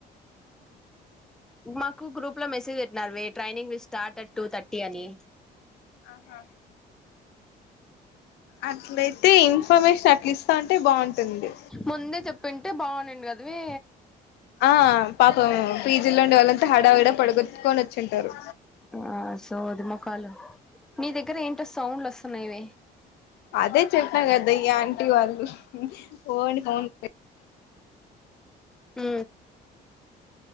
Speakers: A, in the centre; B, on the left (about 75°).
A: మాకు గ్రూప్ లో మెసేజ్ పెట్టినారు వే, training will start at two thirty అని.
B: ఆహా అట్లయితే ఇన్ఫర్మేషన్ అట్ల ఇస్తా అంటే బాగుంటుంది.
A: ముందే చెప్పింటే బావుండిండి గదీ
B: ఆ పాపం పీజీలో ఉండే వాళ్ళంత హడావిడ పడుగొట్టుకొనొచుంటారు
A: ఆ సోది మోకాలు నీ దగ్గర ఏంటో సౌండ్లు ఒస్తున్నాయివె
B: అదే చెప్న గదా ఈ ఆంటీ వాళ్ళు ఫోన్ ఫోన్
A: ఊ